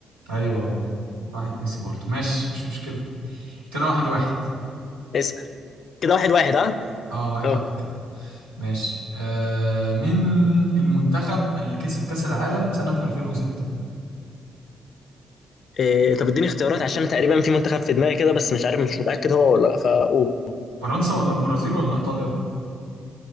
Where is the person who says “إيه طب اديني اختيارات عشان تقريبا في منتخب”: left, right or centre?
Left